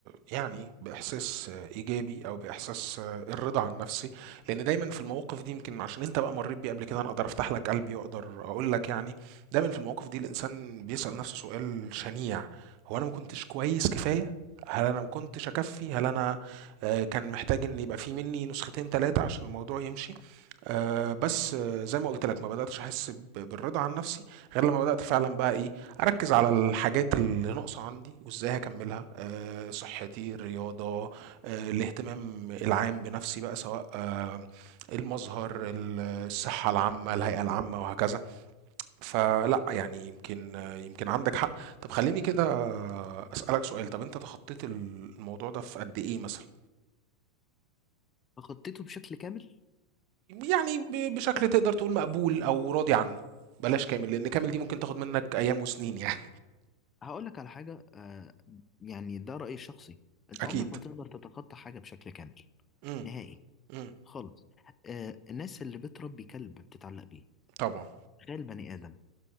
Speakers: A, on the right; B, on the left.
A: يعني باحساس ايجابي او باحساس الرضا عن نفسي لان دايما في المواقف دي يمكن عشان انت بقى مريت بيه قبل كده انا اقدر افتح لك قلبي واقدر اقول لك يعني دايما في المواقف دي الانسان بيسال نفسه سؤال شنيع هو انا ما كنتش كويس كفايه هل انا ما كنتش اكفي هل انا آه، كان محتاج ان يبقى في مني نسختين ثلاثه عشان الموضوع يمشي آه، بس آه، زي ما قلت لك ما بداتش احس ب- بالرضا عن نفسي غير لما بدات فعلا بقى ايه هركز على الحاجات اللي ناقصة عندي وازاي هكملها أه صحتي الرياضة أه الاهتمام العام بنفسي بقى سواء أه المظهر ال- الصحة العامة الهيئة العامة وهكذا فلا يعني يمكن آه، يمكن عندك حق طب خليني كده أسألك سؤال طب انت تخطيت الموضوع ده في قد ايه مثلا
B: فخطيته بشكل كامل
A: يعني ب- بشكل تقدر تقول مقبول او راضي عنه بلاش كامل لان كامل دي ممكن تاخد منك ايام وسنين يعني
B: هقولك على حاجة آ، يعني ده رأيي الشخصي انت
A: اكيد
B: عمرك ما تقدر تتخطى حاجة بشكل كامل
A: امم
B: نهائي
A: امم
B: خالص آه الناس اللي بتربي كلب بتتعلق بيه
A: طبعا
B: تخيل بني آدم